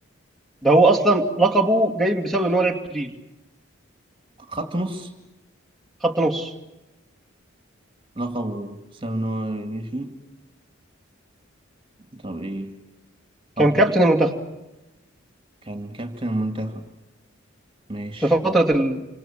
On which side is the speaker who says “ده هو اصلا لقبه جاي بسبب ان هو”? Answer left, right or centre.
Centre